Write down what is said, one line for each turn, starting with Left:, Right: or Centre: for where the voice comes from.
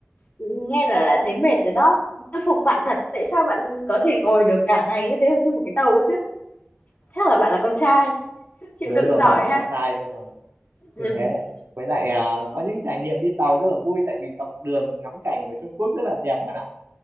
Left: nghe là đã thấy mệt rồi đó tôi phục bạn thật tại sao bạn có thể ngồi được cả ngày như thế ở trên một cái tàu cơ chứ thế là bạn là con trai sức chịu
Right: đúng
Left: đựng
Right: rồi
Left: giỏi
Right: mình là con
Left: ha
Right: trai
Left: <laughs>
Right: nên là
Left: Ừ.
Right: như thế với lại à, có những trải nghiệm đi tàu rất là vui tại vì dọc đường ngắm cảnh của Trung Quốc rất là đẹp bạn ạ